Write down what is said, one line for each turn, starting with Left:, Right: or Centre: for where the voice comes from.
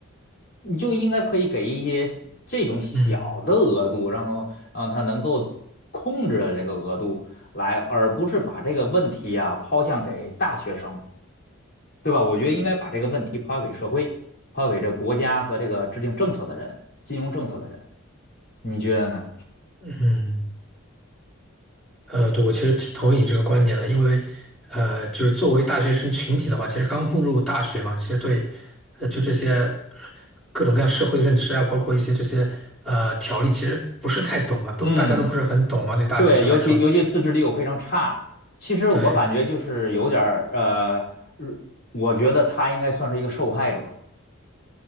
Left: 你就应该可以给一些这种小的额度，
Centre: 嗯
Left: 然后让他能够控制的这个额度来，而不是把这个问题啊抛向给大学生，对吧？我觉得应该把这个问题抛向给社会，抛向给这国家和这个制定政策的人，金融政策的人，你觉得呢？
Centre: 嗯。嗯呃，对，我其实挺同意你这个观点的，因为，呃，就是作为大学生群体的话，其实刚步入大学嘛，其实对，呃，就这些各种各样社会的认知啊，包括一些这些呃条例，其实不是太懂啊，都大家都不是很懂嘛，
Left: 嗯。
Centre: 对大学生来说，
Left: 对，尤其尤其自制力又非常差。其实我感觉就是有点儿呃，
Centre: 对，
Left: 如我觉得他应该算是一个受害者，